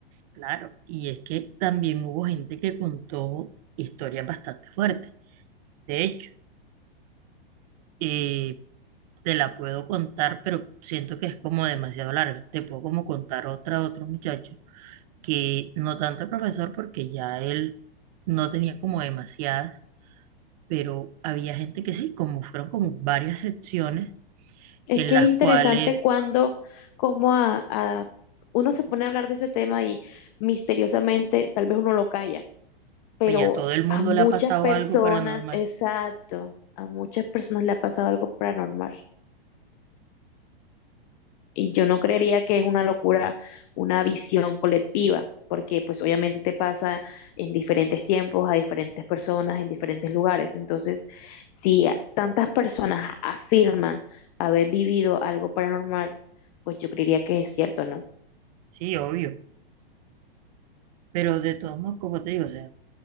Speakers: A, on the right (about 40°); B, on the left (about 40°).
A: claro, y es que también hubo gente que contó historias bastante fuertes, de hecho. Eh, te la puedo contar, pero siento que es como demasiado larga. Te puedo como contar otra, otro muchacho, que no tanto el profesor, porque ya él no tenía como demasiadas, pero había gente que sí, como fueron como varias secciones
B: Es
A: en
B: que
A: las
B: es interesante
A: cuales
B: cuando, como a, a- uno se pone a hablar de ese tema y misteriosamente, tal vez uno lo calla, pero
A: pues ya todo el mundo
B: a muchas
A: le ha pasado
B: personas,
A: algo paranormal.
B: exacto, a muchas personas le ha pasado algo paranormal. Y yo no creería que es una locura, una visión colectiva, porque pues obviamente pasa en diferentes tiempos, a diferentes personas, en diferentes lugares. Entonces, si a- tantas personas afirman haber vivido algo paranormal, pues yo creería que es cierto, ¿no?
A: Sí, obvio, pero de todos modos, como te digo, o sea,